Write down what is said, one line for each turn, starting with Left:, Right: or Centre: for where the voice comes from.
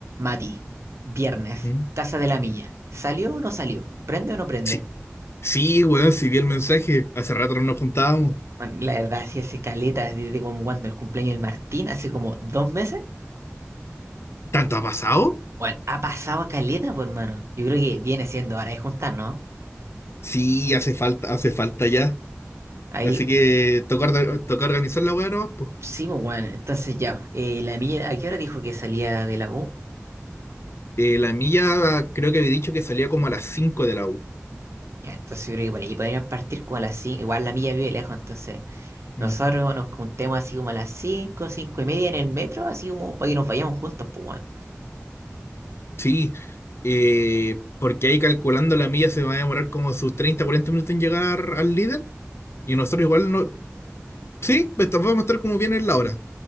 Right: Mati, viernes,
Left: Mm.
Right: Casa de la Milla. ¿Salió o no salió? ¿Prende o no prende?
Left: Sí, sí, weón, sí vi el mensaje. Hace rato no nos juntábamos.
Right: Bueno, la verdad, si hace caleta desde como cuando el cumpleaños del Martín, hace como dos meses.
Left: ¿Tanto ha pasado?
Right: Bueno, ha pasado a caleta, pues hermano. Yo creo que viene siendo hora de juntar, ¿no?
Left: Sí, hace falta, hace falta ya.
Right: Ahí,
Left: Así que toca, orda- toca organizar la weá nomás, po.
Right: sí, pues bueno, entonces ya. eh, la Milla, ¿a qué hora dijo que salía de la U?
Left: Eh, la mía creo que había dicho que salía como a las 5 de la U.
Right: Ya, entonces yo creo que por ahí podríamos partir como a las cinco, Igual la Milla vive lejos, entonces
Left: Ujú.
Right: nosotros nos juntemos así como a las 5, 5 y media en el metro, así como para que nos vayamos juntos, pues bueno.
Left: Sí, eh, porque ahí calculando la milla se va a demorar como sus 30, 40 minutos en llegar al líder. Y nosotros igual no. Sí, pues vamos a estar como bien en la hora.